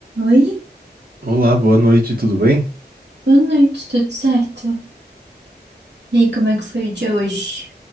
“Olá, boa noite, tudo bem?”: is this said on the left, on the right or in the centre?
Right